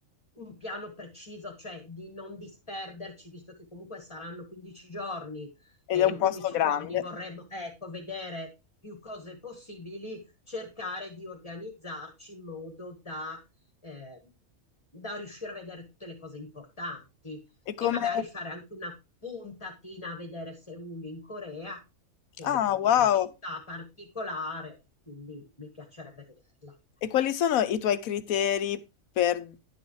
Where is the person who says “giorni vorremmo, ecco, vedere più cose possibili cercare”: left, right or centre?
Left